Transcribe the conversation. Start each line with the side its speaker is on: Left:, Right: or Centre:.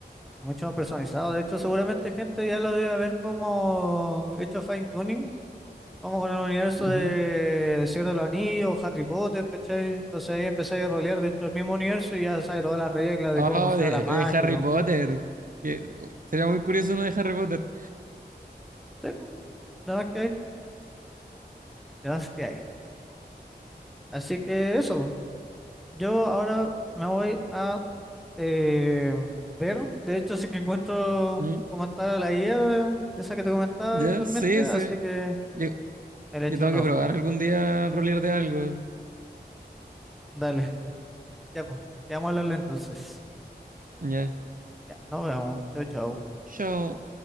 Centre: mucho más personalizado. De hecho, seguramente gente ya lo debe haber como hecho fine tuning, como con el universo de
Right: Ujú.
Centre: El Señor de los Anillos, Harry Potter, ¿cachai? Entonces ahí empezáis a rolear dentro del mismo universo y ya sabes todas las reglas de
Right: Oh,
Centre: cómo funciona
Right: de,
Centre: la magia
Right: de Harry
Centre: y todo.
Right: Potter. Que, uh, sería muy curioso uno de Harry Potter.
Centre: Sí, nada más que hay, nada más que hay. Así que eso, po. yo ahora me voy a eh, ver. De hecho, sí que encuentro
Right: Ujú.
Centre: cómo está la guía, esa que te comentaba
Right: Ya,
Centre: actualmente,
Right: sí,
Centre: así
Right: sí.
Centre: que
Right: Yo-
Centre: el hecho
Right: Yo tengo
Centre: no.
Right: que probar algún día rolear de algo.
Centre: Dale, ya pues, quedamos a hablarle entonces.
Right: Ya.
Centre: Ya, nos vemos. Chau, chau.
Right: Yo,